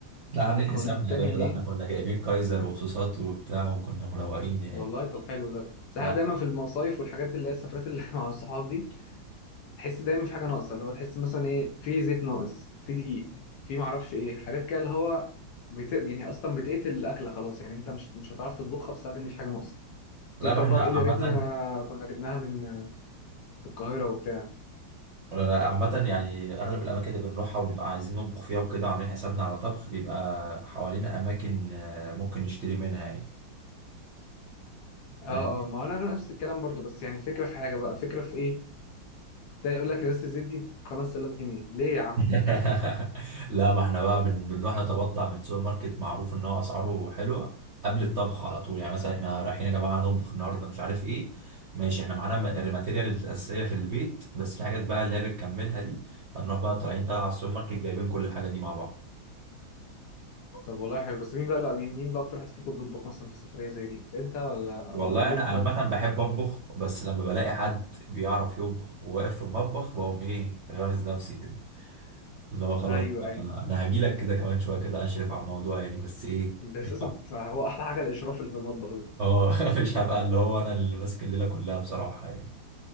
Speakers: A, on the right; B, on the left.
A: لا عاملين
B: والمكونات
A: حسابنا
B: التانية
A: يا باشا
B: دي
A: ده احنا كنا جايبين كايزر وصوصات وبتاع وكنا مروقين يعني
B: والله طب حلو ده بس
A: لا
B: احنا دايما في المصايف والحاجات اللي هي السفرات اللي <laughs> مع الصحاب دي تحس دايما في حاجة ناقصة اللي هو تحس مثلا ايه في زيت ناقص في دقيق في معرفش ايه حاجات كده اللي هو بت... يعني اصلا بتقتل الاكلة خلاص يعني انت مش مش هتعرف تطبخها بسبب ان في حاجة ناقصة
A: لا
B: تفضل
A: ما احنا
B: بقى تقول
A: عامة
B: يا ريتني آه، كنا جبناها من من القاهرة وبتاع
A: لا، عامة يعني أغلب الأماكن اللي بنروحها ونبقى عايزين نطبخ فيها وكده وعاملين حسابنا على طبخ بيبقى حوالينا أماكن آه، ممكن نشتري منها
B: اه
A: يعني
B: اه ما هو انا أنا نفس الكلام برضو بس يعني فكره في حاجه بقى فكره في ايه ده يقول لك ازازه الزيت دي ب 5000 جنيه ليه يا عم
A: <laughs> لا ما احنا بقى بن... بنروح نتبضع من سوبر ماركت معروف ان هو اسعاره حلوه قبل الطبخ على طول يعني مثلا احنا رايحين يا جماعه هنطبخ النهارده مش عارف ايه ماشي احنا معانا م- الماتيريال الاساسيه في البيت بس في حاجات بقى اللي هي بتكملها دي فنروح بقى طالعين طالعه على السوبر ماركت جايبين كل الحاجه دي مع بعض
B: طب والله حلو بس مين بقى لا- يعني مين بقى اكتر واحد فيكم بيطبخ مثلا في سفريه زي دي انت ولا
A: والله
B: ولا كلكم
A: انا عامه
B: كده
A: بحب اطبخ بس لما بلاقي حد بيعرف يطبخ وواقف في المطبخ بقوم ايه غامز نفسي كده اللي هو خلاص
B: ايوه
A: بقى
B: ايوه
A: انا هجي لك كده كمان شويه كده اشرف على الموضوع يعني بس ايه
B: بالظبط
A: مش
B: هو احلى حاجه الاشراف اللي في المطبخ ده
A: اه <laughs> مش هبقى اللي هو انا اللي ماسك الليله كلها بصراحه يعني